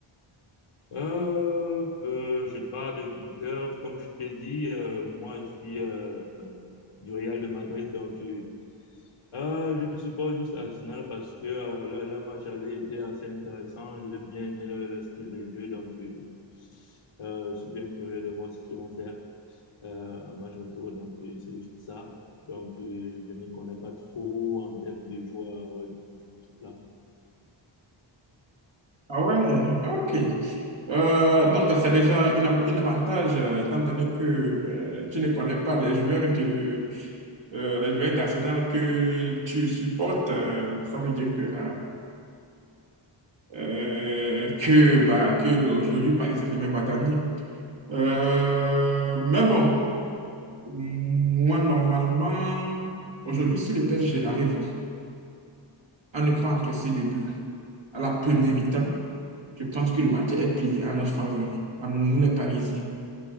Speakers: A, on the left; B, on the right.
A: Euh, euh, je parle de buteur. Comme je t'ai dit, euh, moi, je suis euh, du Real de Madrid. Donc, euh, euh, je supporte juste Arsenal parce que euh, le, le match aller était assez intéressant. J'ai bien aimé le, le style de jeu. Donc, euh, euh, je suis bien curieux de voir ce qu'ils vont faire. euh, en match retour, donc euh, c'est juste ça. Donc, euh, je ne me connais pas trop en termes de joueurs euh, dans cette équipe-là.
B: Ah ouais, ok. Euh, donc, c'est déjà une, av- une avantage, euh, étant donné que euh, tu ne connais pas les joueurs de, euh, les joueurs d'Arsenal que tu supportes. euh, ça veut dire que ah, euh, que, bah, que aujourd'hui Paris Saint-Germain va gagner. Euh, mais bon, moi, normalement, aujourd'hui, si le PSG arrive à ne pas encaisser de but à la première mi-temps, je pense que le match est plié en notre faveur, à nous les Parisiens.